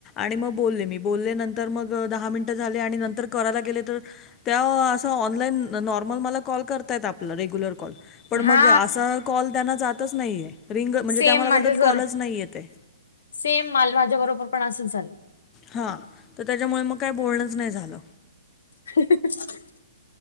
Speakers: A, on the left; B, on the left.
A: आणि मग बोलले मी बोलले नंतर मग दहा मिनिट झाले आणि नंतर करायला गेले तर त्या अस ऑनलाईन नॉर्मल मला कॉल करताय आपल रेग्युलर कॉल पण
B: हा
A: मग असा कॉल त्यांना जातच नाहीये, रिंग म्हणजे
B: सेम
A: त्या मला
B: माझ्या
A: बोलतात
B: जर
A: कॉलच नाही येतेय.
B: सेम माझ माझ्या बरोबर पण असच झाल.
A: हा तर त्याच्यामुळे मग काय बोलणच नाही झाल.
B: <unintelligible>